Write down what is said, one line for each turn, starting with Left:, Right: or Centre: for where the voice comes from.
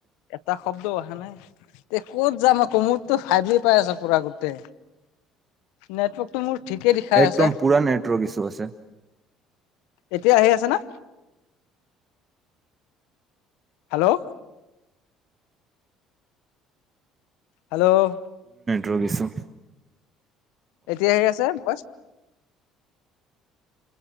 Left: এটা শব্দ আহা নাই তে ক'ত যাম আকৌ মোৰ টো ফাইভ জি পাই আছে পুৰা গোটে নেটৱৰ্ক টো মোৰ ঠিকে দেখাই
Right: একদম
Left: আছে
Right: পুৰা নেটৱৰ্ক ঈষু আছে।
Left: এতিয়া আহি আছা না? হেল্ল', হেল্ল',
Right: ৰবিছোন।
Left: এতিয়া আহি আছে, ভইচ?